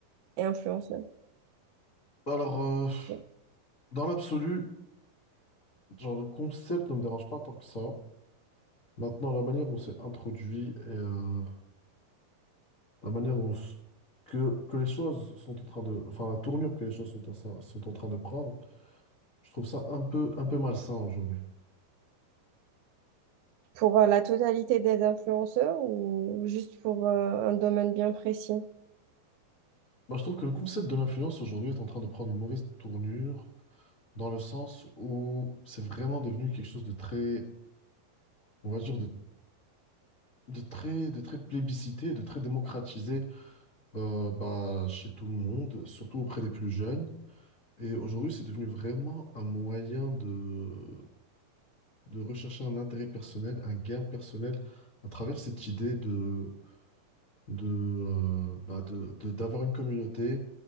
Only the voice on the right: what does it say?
et influenceuse.
Ouais.
Pour euh, la totalité des influenceurs ou juste pour euh, un domaine bien précis?